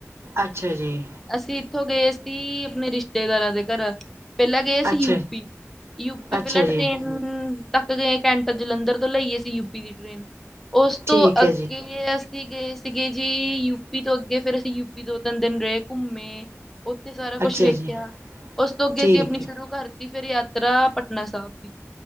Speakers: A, on the right; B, in the centre.
A: ਅੱਛਾ ਜੀ।
B: ਅਸੀਂ ਇੱਥੋਂ ਗਏ ਸੀ ਆਪਣੇ ਰਿਸ਼ਤੇਦਾਰਾਂ ਦੇ ਘਰ ਪਹਿਲਾਂ ਗਏ ਸੀ
A: ਅੱਛਾ
B: ਯੂਪੀ- ਯੂਪੀ
A: ਅੱਛਾ
B: ਪਹਿਲਾਂ
A: ਜੀ
B: ਟਰੇਨ ਤੱਕ ਗਏ ਕੈਂਟ ਜਲੰਧਰ ਤੋਂ ਲਈ ਅਸੀ ਯੂਪੀ ਦੀ ਟ੍ਰੇਨ ਉਸ
A: ਠੀਕ
B: ਤੋਂ ਅੱਗੇ
A: ਹੈ ਜੀ
B: ਅਸੀ ਗਏ ਸੀਗੇ ਜੀ, ਯੂਪੀ ਤੋਂ ਅੱਗੇ ਫਿਰ ਅਸੀਂ ਯੂਪੀ ਦੋ-ਤਿੰਨ ਦਿਨ ਰਹੇ ਘੁੰਮੇ ਉੱਥੇ ਸਾਰਾ ਕੁਛ
A: ਅੱਛਾ
B: ਵੇਖਿਆ
A: ਜੀ
B: ਉਸ ਤੋਂ ਅੱਗੇ
A: ਠੀਕ
B: ਅਸੀਂ ਆਪਣੀ ਸ਼ੁਰੂ
A: ਹੈ,
B: ਕਰ ਤੀ ਫਿਰ ਯਾਤਰਾ ਪਟਨਾ ਸਾਹਿਬ ਦੀ ਬਾਣੀ